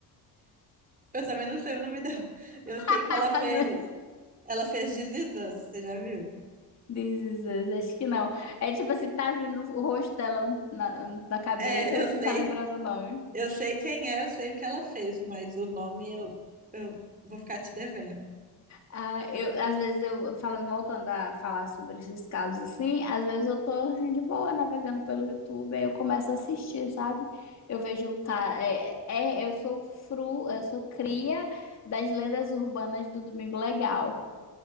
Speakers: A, on the right (about 20°); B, on the left (about 40°).
A: Eu também não sei o nome dela. Eu sei
B: <laughs>
A: que ela fez.
B: Ah, não é
A: Ela fez This Is Us, você já viu?
B: This Is Us, acho que não. É tipo assim, tá vindo o rosto dela na, na cabeça,
A: É,
B: mas
A: eu sei.
B: não tá lembrando o nome.
A: Eu sei quem é, eu sei o que ela fez, mas o nome eu, eu vou ficar te devendo.
B: Ah, eu, às vezes eu, falando, voltando a falar sobre esses casos assim, às vezes eu tô assim de boa navegando pelo YouTube, aí eu começo a assistir, sabe? Eu vejo o cara, é, é, eu sou fru, eu sou cria das lendas urbanas do Domingo Legal.